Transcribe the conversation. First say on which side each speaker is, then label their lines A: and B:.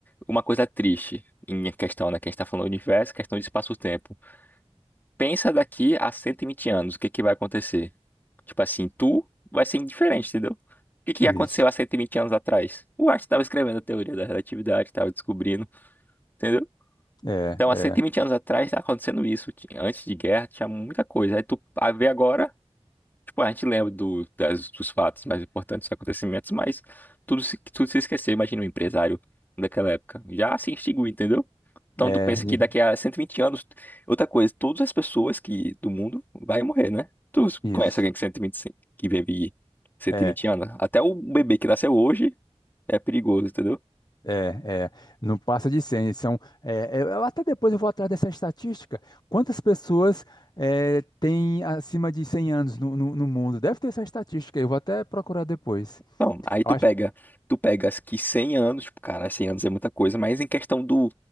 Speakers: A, on the left; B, on the left.
A: uma coisa triste em questão, né, que a gente tá falando do universo, questão de espaço-tempo. Pensa daqui a 120 anos, o que que vai acontecer? Tipo assim, tu vai ser indiferente, entendeu? O que que
B: Isso.
A: aconteceu há 120 anos atrás? O Einstein tava escrevendo a teoria da relatividade, tava descobrindo, entendeu?
B: É,
A: Então, há 120 anos atrás tá acontecendo isso. Ti- Antes de guerra tinha muita coisa. Aí tu a ver agora, tipo, a gente lembra do- das- dos fatos mais importantes, dos acontecimentos, mas tudo se, tudo se esqueceu. Imagina um empresário daquela época. Já se extinguiu, entendeu? Então
B: é,
A: tu pensa
B: é, ni-
A: que daqui a 120 anos, outra coisa, todas as pessoas que do mundo vai morrer, né? Tu
B: isso.
A: conhece alguém que 120, que vive 120
B: É.
A: anos? Até o bebê que nasceu hoje é perigoso, entendeu?
B: É, é, não passa de 100. São, é, é, eu até depois eu vou atrás dessa estatística. Quantas pessoas é, têm acima de 100 anos no, no, no mundo? Deve ter essa estatística. Eu vou até procurar depois.
A: Não, aí tu
B: Eu acho,
A: pega, tu pegas que 100 anos, tipo, cara, 100 anos é muita coisa, mas em questão do,